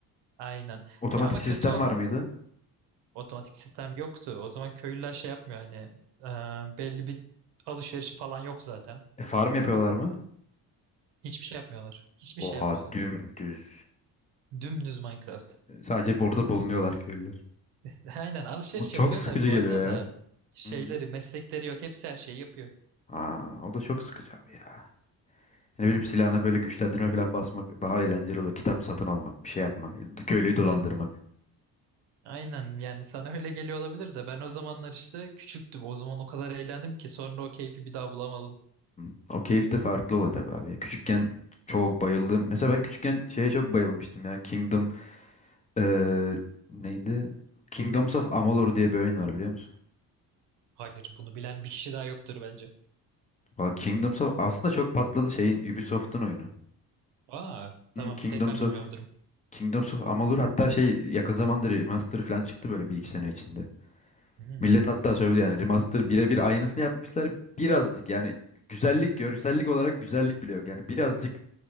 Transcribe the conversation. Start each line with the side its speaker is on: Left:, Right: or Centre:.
Right: Aynen.
Left: Otomatik
Right: Ya ama kötü
Left: sistem
Right: olan
Left: var mıydı?
Right: otomatik sistem yoktu. O zaman köylüler şey yapmıyor hani e, belli bir alışverişi falan yok zaten.
Left: E, farm yapıyorlar mı?
Right: Hiçbir şey yapmıyorlar. Hiçbir
Left: Oha
Right: şey yapmıyorlar.
Left: dümdüz.
Right: Dümdüz Minecraft.
Left: E, Sadece burada bulunuyorlar köylüler.
Right: <laughs> Aynen alışveriş
Left: O çok
Right: yapıyorlar
Left: sıkıcı
Right: bu
Left: geliyor
Right: arada da
Left: ya.
Right: şeyleri,
Left: Hı.
Right: meslekleri yok. Hepsi her şeyi yapıyor.
Left: Aa, o da çok sıkıcı abi ya. Ne bileyim silahına böyle güçlendirme falan basmak daha eğlenceli oluyor. Kitap satın almak, bir şey yapmak, köylüyü dolandırmak.
Right: Aynen yani sana öyle geliyor olabilir de ben o zamanlar işte küçüktüm. O zaman o kadar eğlendim ki sonra o keyfi bir daha bulamadım.
Left: Hı. O keyif de farklı oluyor tabii abi. ya. Küçükken çok bayıldım. Mesela ben küçükken şeye çok bayılmıştım ya. Kingdom eee, neydi? Kingdoms of Amalur diye bir oyun var biliyor musun?
Right: Hayır bunu bilen bir kişi daha yoktur bence.
Left: Valla Kingdoms of aslında çok patladı şeyin Ubisoft'un oyunu.
Right: Aa tamam
Left: Hı, Kingdoms
Right: bir tek ben bilmiyorum
Left: of
Right: durum.
Left: Kingdoms of Amalur hatta şey yakın zamanda remaster falan çıktı böyle bir iki sene içinde.
Right: Hmm.
Left: Millet hatta söyledi yani remaster birebir aynısını yapmışlar. Birazcık yani güzellik, görsellik olarak güzellik bile yok. Yani birazcık